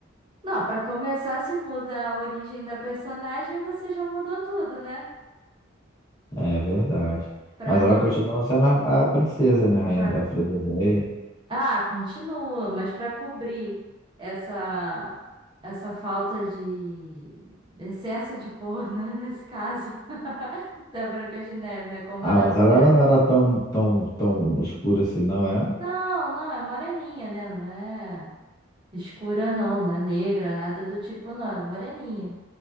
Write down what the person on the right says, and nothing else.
Não, pra começar, se muda a origem da personagem, você já mudou tudo, né?
Pra
não,
para
ah, continua, mas pra cobrir essa essa falta de excesso de cor, né, nesse caso <laughs> da Branca de Neve, né? Como
ela
é...
é,
Não, não, é moreninha, né? Não é escura não, não é negra, nada do tipo não, ela é moreninha.